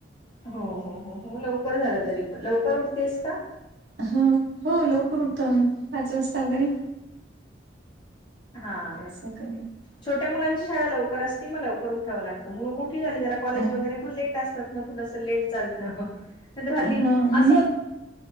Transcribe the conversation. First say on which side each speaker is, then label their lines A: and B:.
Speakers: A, on the left; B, on the right.
A: हो, हो, हो, हो. लवकर झालं तरी पण. लवकर उठतेस का?
B: ह. हो. लवकर उठतो आम्ही. पाच वाजता वैगेरे.
A: हा,
B: सकाळी
A: छोट्या मुलांची शाळा लवकर असती. मग लवकर उठावं लागतं. मुलं मोठी झाली जरा कॉलेज
B: अ
A: वैगेरे मग लेट असतात. थोडंसं लेट चालत. नाहीतर हल्ली,
B: हा नाही
A: अस होत